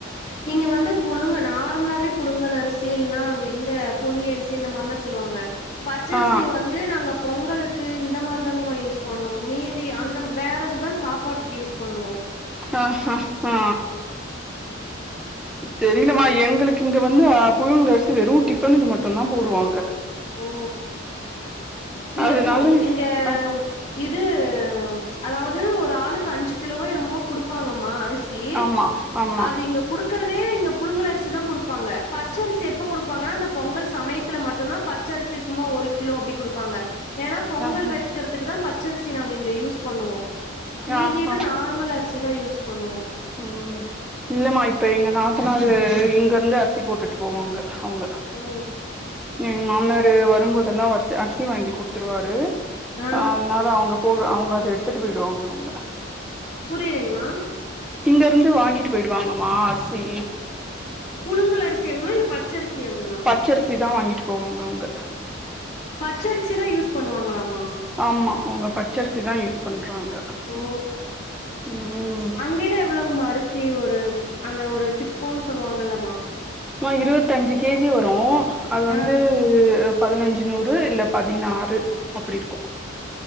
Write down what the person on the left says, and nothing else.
நீங்க வந்து புழுங்க நார்மலாவே புழுங்கல் அரிசி இல்னா அந்த இந்த பொன்னி அரிசி இந்த மாரிலா சொல்லுவாங்க பச்சரிசி
வந் து நாங்க பொங்கலுக்கு இந்த மாரி தாங்மா யூஸ் பண்ணுவோ மீதி அந்த வேற எதுதா சாப்பாட்டுக்கு யூஸ் பண்ணுவோ
ஓ! இங்க
பூ இங்க
இது அதாவது ஒரு ஆளுக்கு அஞ்சு கிலோவோ என்னமோ குடுப்பாங்கம்மா அரிஸ் சி
அது இங்க குடுக்கறதே இங்க புலுங்கல் அரிசி தா குடுப்பாங்க பச்ச அரிசி எப்ப குடுப்பாங்கன்னா அந்த பொங்கல் சமயத்துல மட்டுதா பத் பச்சரிசி சும்மா ஒரு கிலோ அப்டி குடுப்பாங்க ஏன்னா பொங்கல்
வைக்றதுக்கு தா பச்சரிசி நாங்க இங்க யூஸ் பண்ணுவோ மீதியில
நார்மல் அரிசி தா யூஸ் பண்ணுவோ
ஓ
ஆ
புரியலைங்மா
புழுங்கல் அரிசியாங்மா இல்ல பச்சரிசியங்மா
பச்சரிசி தா யூஸ் பண்ணுவாங்களாமா
ஓ!
கிலோ எவ்வளவுங் மா அரிசி ஒரு அந்த ஒரு சிப்போன்னு சொல்லுவாங்கல்லமா
ஆ